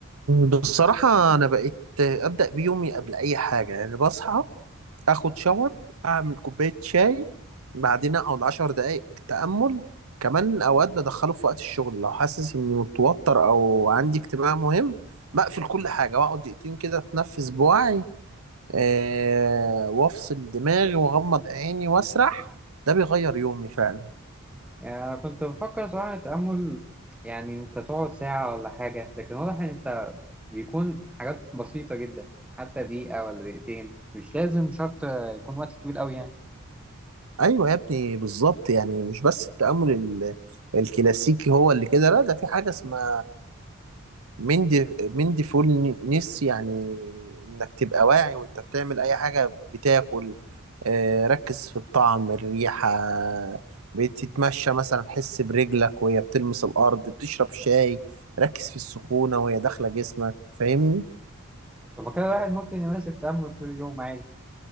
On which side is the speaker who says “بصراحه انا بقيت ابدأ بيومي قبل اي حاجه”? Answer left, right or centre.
Right